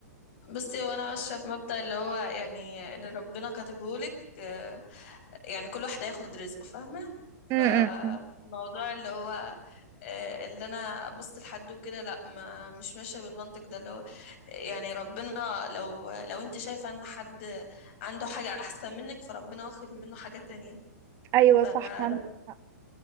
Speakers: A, on the left (about 45°); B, on the right (about 30°).
A: بصي هو انا ماشيه بمبدأ اللي هو يعني اللي ربنا كاتبهولك آه، يعني كل واحد هياخد رزقه فاهمه فالموضوع
B: م- م- م.
A: اللي هو آه، اللي انا ابص لحد وكده لا ما مش ماشيه بالمنطق ده اللي هو آه، يعني ربنا لو لو انت شايفه ان حد عنده حاجه احسن منك فربنا واخد منه حاجه تانية
B: ايوه
A: فلا
B: صح عندك حق.